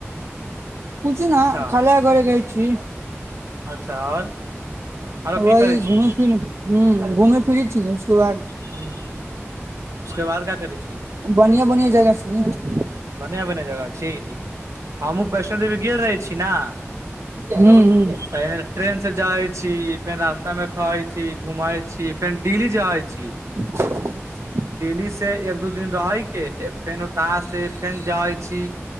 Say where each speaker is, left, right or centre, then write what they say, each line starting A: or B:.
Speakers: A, on the right (about 65°); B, on the right (about 85°).
A: पूछ
B: अच्छा
A: ने खाला घरे गइ छी
B: अच्छा आओर आरो की
A: वही
B: करै छी
A: घूमै फिरै छी हूं घूमै फिरै छीय उसके बाद
B: हूँ उसके बाद का करै छी
A: बढ़िआ बढ़िआ जगह छै
B: ब बढ़िआँ जगह छी हमहुँ वैष्णो देवी गेल रहै छी न
A: हुँ हुँ
B: पहिने ट्रेन से जायत छी फेर रास्तामे खाय छी घुमैत छी फेर डेली जाहैत छी
A: <inaudible>
B: डेली से एक दू दिन रहैके फेर उता से फेर जाइ छी